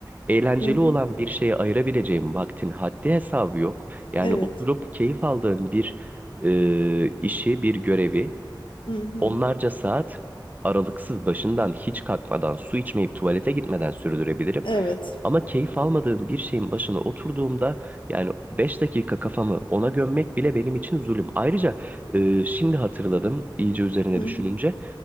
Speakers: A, on the right; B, on the left.
A: eğlenceli
B: Hı hı.
A: olan bir şeye ayırabileceğim vaktin haddi hesabı yok. Yani
B: Evet.
A: oturup keyif aldığım bir e, işi, bir görevi
B: Hı hı.
A: Onlarca saat aralıksız başından hiç kalkmadan, su içmeyip tuvalete gitmeden sürdürebilirim.
B: Evet.
A: Ama keyif almadığım bir şeyin başına oturduğumda yani 5 dakika kafamı ona gömmek bile benim için zulüm. Ayrıca e, şimdi hatırladım iyice üzerine
B: Hı hı.
A: düşününce.